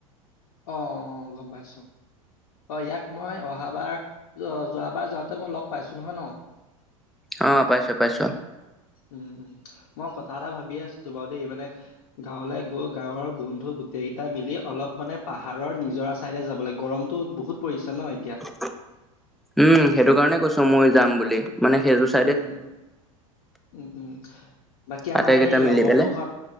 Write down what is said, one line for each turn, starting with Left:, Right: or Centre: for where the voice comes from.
Left: অহ গম পাইছোঁ। অহ ইয়াক মই অহাবাৰ যো যোৱাবাৰ যাওঁতে মই লগ পাইছোঁ হয় ন।
Centre: অহ পাইছোঁ পাইছোঁ।
Left: উম মই কথা এটা ভাবিয়ে আছিলো বাৰু দেই মানে গাঁৱলে গৈ গাঁৱৰ বন্ধু‌ গো। টেইকেইটা মিলি অলপ মানে পাহাৰৰ নিজৰা চাইডে যাবলে গৰমতো বহুত পৰিছে ন এতিয়া।
Centre: উম সেইটো কাৰণে কৈছো ময়ো যাম বুলি মানে সেইটো চা।
Left: উম উম উম বাকী
Centre: আটাইকেইটা
Left: আমাৰ এই
Centre: মিলি
Left: লগৰটো
Centre: পেলাই
Left: ঘৰত।